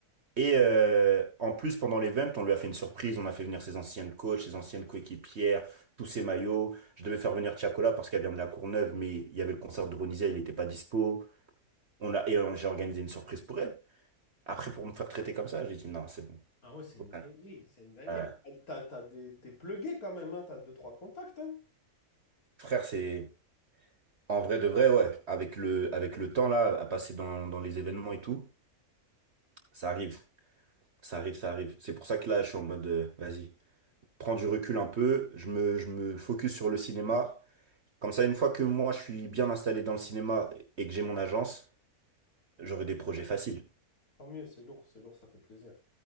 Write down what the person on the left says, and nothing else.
Ah ouais, c'est
une
dinguerie, c'est une dinguerie.
Mais T'as, t'as t'as des, t'es plugué quand même, hein, t'as deux, trois contacts, hein.
Tant mieux, c'est lourd, c'est lourd, ça fait plaisir.